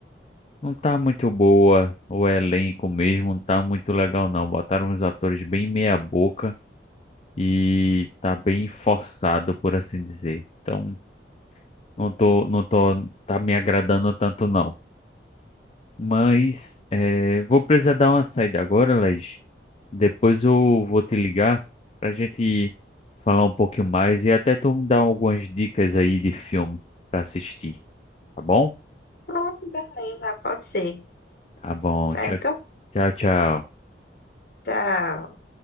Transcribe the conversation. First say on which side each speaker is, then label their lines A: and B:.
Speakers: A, on the left; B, on the left.
A: não tá muito boa, o elenco mesmo não tá muito legal não. Botaram uns atores bem meia boca e tá bem forçado, por assim dizer. Então, não tô, não tô, tá me agradando tanto não. Mas eh, vou precisar dar uma saída agora, Laís. Depois eu vou te ligar pra gente falar um pouquinho mais e até tu me dar algumas dicas aí de filme pra assistir, tá bom?
B: Pronto, beleza, pode ser,
A: Tá bom.
B: certo?
A: Tchau, tchau, tchau.
B: Tchau.